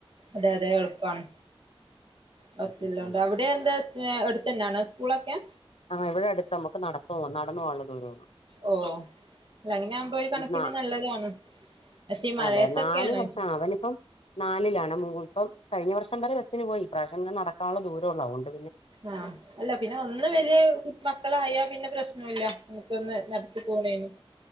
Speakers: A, on the right; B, on the left.
A: അതെ അതെ എളുപ്പാണ് ബസ്സില്ലോണ്ട്
B: ഉം ഉം ഉം
A: അവിടെ എന്താ സ് അടുത്ത്ന്നാണോ സ്കൂളൊക്കെ
B: ആഹ് ഇവിടെ അടുത്ത മ്മുക്ക് നടത്തം നടന്ന് പോവാള്ള ദൂരള്ളൂ
A: ഓ അല്ല അങ്ങനെ ആവുമ്പോ ഒരു കണക്കിന്
B: ന
A: നല്ലതാണ് പക്ഷെ ഈ മഴയത്തൊക്കെയാണ്
B: അതെ നാല് വർഷം അവനി ഇപ്പം നാലിലാണ് മുമു ഇപ്പം കഴിഞ്ഞ വർഷം വരെ ബസിന് പോയി ഇപ്രാ വശ്യം പിന്നെ നടക്കാള്ള ദൂര ള്ളൂ ന് അവൊണ്ട്
A: ആഹ് അല്ല പിന്നെ ഒന്ന് വല്ല്യ കു മക്കളായാ പിന്നെ പ്രശനോല്ല നമ്മുക്കൊന്ന് നടത്തി പോ പോണേനും